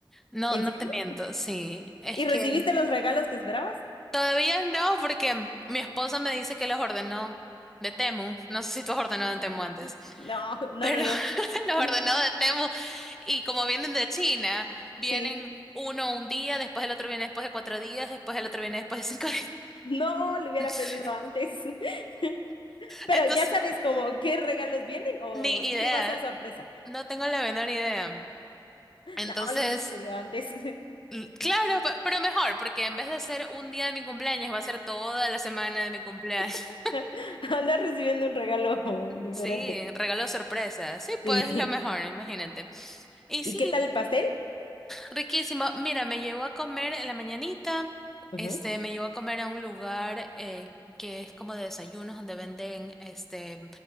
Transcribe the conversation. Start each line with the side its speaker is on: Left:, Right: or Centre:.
Centre: No,
Left: ¿En
Centre: no
Left: serio?
Centre: te miento, sí. Es
Left: ¿Y recibiste
Centre: que
Left: los regalos que esperabas?
Centre: todavía no, porque mi esposa me dice que los ordenó de Temu. No sé si tú has ordenado
Left: <laughs>
Centre: en Temu antes,
Left: No, no,
Centre: pero
Left: no,
Centre: <laughs>
Left: no.
Centre: los ordenó
Left: <laughs>
Centre: de Temu. Y como vienen de China, vienen
Left: Sí,
Centre: uno un día, después el otro viene después de cuatro días, después el otro viene después de cinco días.
Left: no, le hubiera pedido
Centre: <laughs>
Left: antes. <laughs> Pero
Centre: Entonces,
Left: ya sabes como qué regalos vienen o
Centre: ni idea.
Left: sí va a ser sorpresa.
Centre: No tengo la menor idea. Entonces,
Left: No, le hubiera pedido antes.
Centre: l- claro, pe- pero mejor, porque en vez de ser un día de mi cumpleaños, va a ser toda la semana de mi cumpleaños.
Left: <laughs>
Centre: <laughs>
Left: Andas recibiendo un regalo <laughs> diferente.
Centre: Sí, regalo sorpresa. Sí,
Left: Sí.
Centre: pues lo mejor, imagínate. Y
Left: ¿Y
Centre: sí,
Left: qué tal el pastel?
Centre: riquísimo. Mira, me llevó a comer en la mañanita.
Left: Ujú,
Centre: Este, me llevó a comer a un lugar eh, que es como de desayunos donde venden este